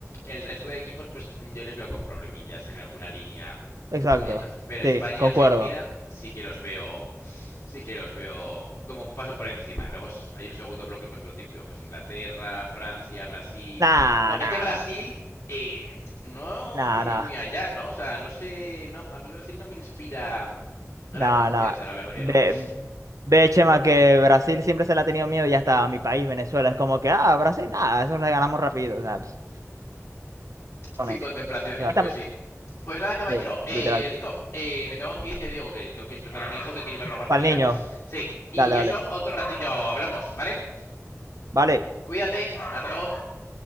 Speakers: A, on the left; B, on the right.
A: El resto de equipos, pues yo les veo con problemillas en alguna línea
B: Exacto.
A: y demás. Pero España
B: Sí, concuerdo.
A: y Argentina sí que los veo, sí que los veo como un paso por encima. Luego hay un segundo bloque, pues lo típico, pues Inglaterra, Francia, Brasil.
B: Nah,
A: Porque
B: nah,
A: es que Brasil
B: nah.
A: eh, no
B: Nah,
A: tiene
B: nah.
A: muy allá, ¿no? O sea, no sé, no, a mí Brasil no me inspira gran
B: Nah,
A: confianza,
B: nah.
A: la verdad que
B: Ve,
A: no.
B: ve, Chema, que Brasil siempre se le ha tenido miedo y hasta a mi país, Venezuela, es como que, ah, Brasil, nada, eso le ganamos rápido, ¿sabes? Bueno,
A: Sin
B: o
A: contemplaciones,
B: sea, ahorita-
A: pues sí. Pues nada, caballero,
B: sí,
A: eh,
B: literal.
A: Rico, eh, me tengo que ir, que digo que tengo que despertar a mi hijo, que hay que llevarlo a la guardería.
B: Para el niño.
A: Sí, y
B: Dale,
A: eso
B: dale.
A: otro ratillo hablamos, ¿vale?
B: Vale.
A: Cuídate, hasta luego.